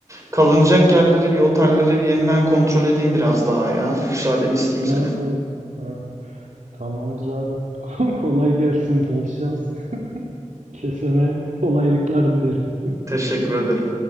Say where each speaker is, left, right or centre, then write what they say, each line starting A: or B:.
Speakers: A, on the right (about 25°); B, on the right (about 75°).
A: kalınacak yerleri, bir otelleri bir yeniden kontrol edeyim biraz daha ya. Müsaadeni isteyeyim senin.
B: Evet evet. Evet. Tamamdır abi. <laughs> Kolay gelsin, bol şans. <laughs> Kesene kolaylıklar dilerim.
A: Teşekkür ederim.